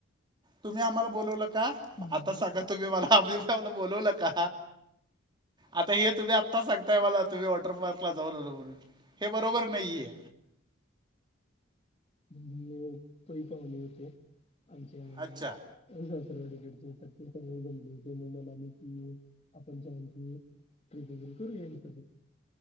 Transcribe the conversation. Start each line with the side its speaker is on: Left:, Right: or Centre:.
Right: तुम्ही आम्हाला बोलवलं का
Left: नाही
Right: आता सांगा तुम्ही मला आम्हाला बोलवलं आता हे तुम्ही आता सांगताय मला तुम्ही वॉटर पार्कला जाऊ आलो म्हणून हे बरोबर नाहीये
Left: ह काही पाहले होते आमच्या
Right: अच्छा
Left: सड तरग जमले होते मग मला कि आपण री करूलछो <inaudible> एवढ